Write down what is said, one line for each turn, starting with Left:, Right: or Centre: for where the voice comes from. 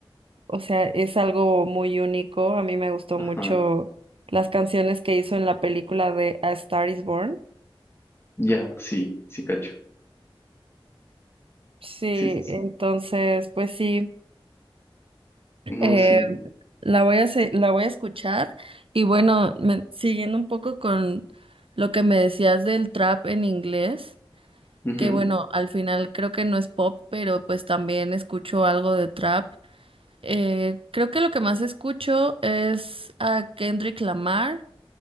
Right: o sea, es algo muy único. A mí me gustó
Left: Ajá.
Right: mucho las canciones que hizo en la película de A Star is Born.
Left: Ya, sí, sí, cacho.
Right: Sí,
Left: Sí, s-
Right: entonces, pues sí, eh,
Left: no, sí.
Right: la voy a, se- la voy a escuchar. Y bueno, me- siguiendo un poco con lo que me decías del trap en inglés.
Left: Ujú.
Right: que bueno, al final creo que no es pop, pero pues también escucho algo de trap. Eh, creo que lo que más escucho es a Kendrick Lamar,